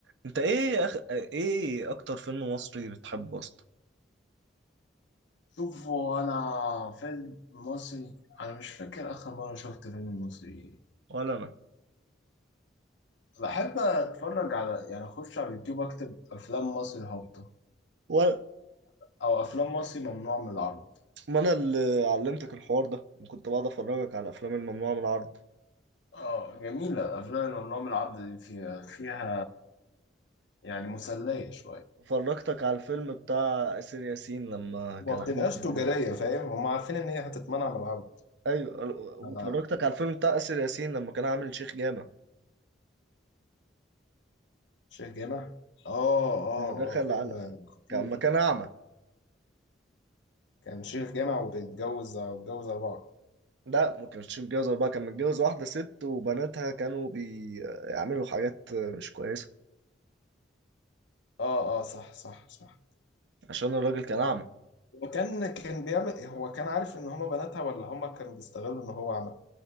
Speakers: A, on the right (about 70°); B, on the left (about 80°).
A: انت ايه أخ... ايه اكتر فيلم مصري بتحبه اصلا
B: شوفوا انا فيلم مصري انا مش فاكر اخر مره شفت فيلم مصري
A: ولا انا
B: بحب اتفرج على يعني اخش على اليوتيوب اكتب افلام مصري هابطه
A: و...
B: او افلام مصري ممنوع من العرض
A: ما انا اللي علمتك الحوار ده كنت بقعد افرجك على الافلام الممنوعه من العرض
B: اه جميله الافلام اللي ممنوع من العرض دي فيها فيها يعني مسليه شويه
A: وفرجتك على الفيلم بتاع اسر ياسين لما كان
B: وما بتبقاش
A: عامل <laughs>
B: تجارية فاهم هم عارفين ان هي هتتمنع من العرض
A: ايوه وفرجتك
B: على
A: على الفيلم بتاع اسر ياسين لما كان عامل شيخ جامع
B: شيخ جامع اه اه
A: لما دخل
B: اه فيلم
A: على
B: خطير
A: كان لما كان اعمى
B: كان شيخ جامع وبيتجوز بيتجوز أربعة
A: لا ما كانش متجوز اربعه كان متجوز واحده ست وبناتها كانوا بيعملوا حاجات مش كويسه
B: اه اه صح صح صح
A: عشان الراجل كان اعمى
B: هو كان كان بيعمل هو كان عارف ان هما بناتها ولا هما كانوا بيستغلوا ان هو عمل